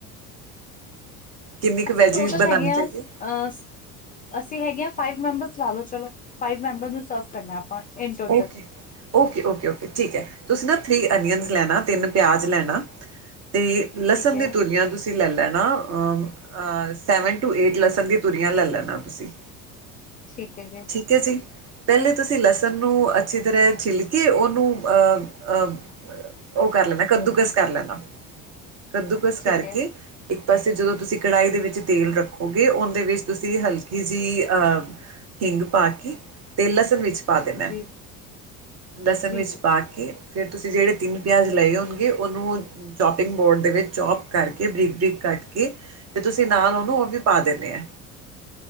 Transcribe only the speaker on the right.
ਕਿੰਨੀ ਕੁ
ਵੈਜੀ
ਬਣਾਉਣੀ
ਚਾਹੀਦੀ
ਹੈ
Okay okay okay okay ਠੀਕ ਹੈ, ਤੁਸੀਂ ਨਾ ਥਰੀ ਅਨੀਅਨਸ ਲੈਣਾ ਤਿੰਨ ਪਿਆਜ ਲੈਣਾ। ਤੇ ਲਸਣ
ਦੀ ਤੂਰੀਆਂ ਤੁਸੀਂ। ਤੁਸੀਂ ਲੈ ਲੈਣਾ ਅਅ ਸੈਵਨ ਟੂ ਏਟ ਲਸਣ ਦੀਆਂ ਤੁੂਰੀਆਂ ਲੈ ਲੈਣਾ ਤੁਸੀਂ।
ਠੀਕ ਹੈ ਜੀ। ਪਹਿਲੇ ਤੁਸੀਂ ਲਸਣ ਨੂੰ ਅੱਛੀ ਤਰ੍ਹਾਂ ਛਿੱਲਕੇ ਉਹਨੂੰ ਅਹ ਅਹ ਉਹ ਕਰ ਲੈਣਾ ਕੱਦੂਕਸ ਕਰ ਲੈਦਾ ਕੱਦੂਕਸ ਕਰਕੇ
ਇੱਕ ਪਾਸੇ ਜਦੋਂ ਤੁਸੀਂ ਕੜਾਹੀ ਦੇ ਵਿੱਚ ਤੇਲ ਰੱਖੋਗੇ ਉਹਦੇ ਵਿੱਚ ਤੁਸੀਂ ਹਲਕੀ ਜਿਹੀ ਆ ਹਿੰਗ ਪਾ ਕੇ, ਤੇ ਲਸਣ ਵਿੱਚ ਪਾ ਦੇਣਾ
ਐ। ਲਸਣ
ਪਾ ਕੇ ਤੇ ਫੇਰ ਤੁਸੀਂ ਜਿਹੜੇ ਤਿੰਨ ਪਿਆਜ ਲਏ ਹੋਣਗੇ, ਉਹਨੂੰ ਚੋਪਿੰਗ ਬੋਰਡ ਦੇ ਵਿੱਚ ਚੋਪ ਕਰਕੇ, ਬਰੀਕ ਬਰੀਕ ਕੱਟ ਕੇ ਤੇ ਤੁਸੀਂ ਨਾਲ ਉਹਨੂੰ ਉਹ ਵੀ ਪਾ ਦੇਣੇ ਏ।